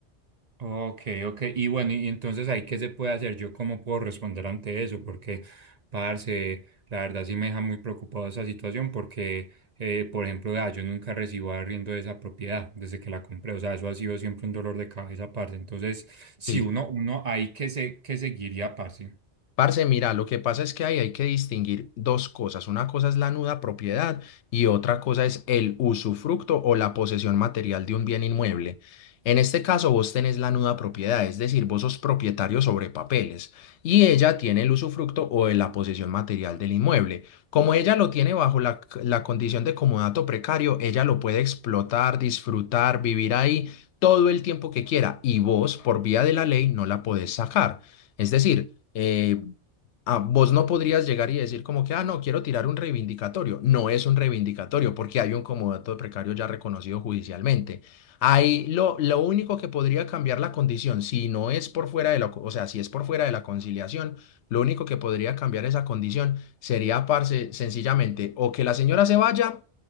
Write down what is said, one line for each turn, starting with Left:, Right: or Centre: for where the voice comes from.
Right: ok, ok. Y bueno, y entonces ahí qué se puede hacer, yo cómo puedo responder ante eso, porque, parce, la verdad sí me deja muy preocupado esa situación, porque, eh, por ejemplo, vea, yo nunca recibo arriendo de esa propiedad desde que la compré, o sea, eso ha sido siempre un dolor de cabeza, parce. Entonces, si
Left: Sí.
Right: uno, uno ahí que se, que seguiría, parce.
Left: Parce, mira, lo que pasa es que ahí hay que distinguir dos cosas. Una cosa es la nuda propiedad y otra cosa es el usufructo o la posesión material de un bien inmueble. En este caso, vos tenés la nuda propiedad, es decir, vos sos propietario sobre papeles y ella tiene el usufructo o de la posesión material del inmueble. Como ella lo tiene bajo la, c- la condición de comodato precario, ella lo puede explotar, disfrutar, vivir ahí todo el tiempo que quiera y vos, por vía de la ley, no la podés sacar. Es decir, eh, ah, vos no podrías llegar y decir como que, ah, no, quiero tirar un reivindicatorio. No es un reivindicatorio porque hay un comodato precario ya reconocido judicialmente. Ahí lo, lo único que podría cambiar la condición, si no es por fuera de la, co- o sea, si es por fuera de la conciliación, lo único que podría cambiar esa condición sería, parce, sencillamente, o que la señora se vaya